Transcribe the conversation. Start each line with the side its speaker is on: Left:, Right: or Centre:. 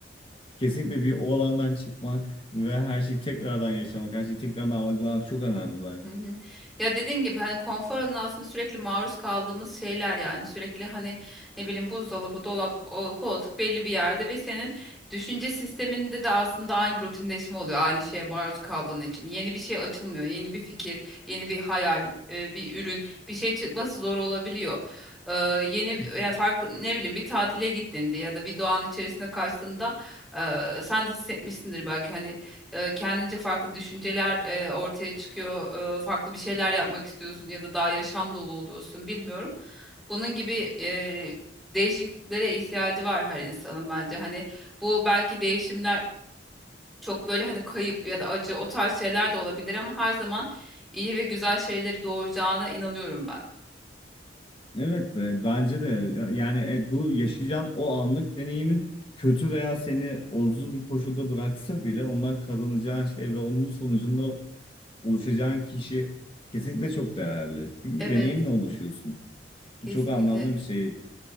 Left: kesinlikle bir o alandan çıkmak ve her şeyi tekrardan yaşamak, her şeyi tekrardan algılamak çok önemli bence.
Centre: Hı hı. Ya dediğin gibi hani konfor alanı aslında sürekli maruz kaldığımız şeyler yani sürekli hani ne bileyim buzdolabı, dolap, o koltuk belli bir yerde ve senin düşünce sisteminde de aslında aynı rutinleşme oluyor aynı şeye maruz kaldığın için. Yeni bir şey açılmıyor, yeni bir fikir, yeni bir hayal, e, bir ürün, bir şey çıkması zor olabiliyor. Ee, yeni
Left: <laughs>
Centre: yani farklı ne bileyim bir tatile gittiğinde ya da bir doğanın içerisine kaçtığında e, sen de hissetmişsindir belki hani e, kendince farklı düşünceler e, ortaya çıkıyor. e, farklı bir şeyler yapmak istiyorsun ya da daha yaşam dolu oluyorsun bilmiyorum. Bunun gibi e, değişikliklere ihtiyacı var her insanın bence. Hani bu belki değişimler çok böyle hani kayıp ya da acı o tarz şeyler de olabilir ama her zaman iyi ve güzel şeyleri doğuracağına inanıyorum ben.
Left: Evet, e, bence de Ya- yani e, bu yaşayacağın o anlık deneyimin kötü veya seni olumsuz bir koşulda bıraksa bile ondan kazanacağın şey ve onun sonucunda oluşacağın kişi kesinlikle çok değerli. Çünkü
Centre: Evet,
Left: bir deneyimle oluşuyorsun.
Centre: kesinlikle.
Left: Bu çok anlamlı bir şey.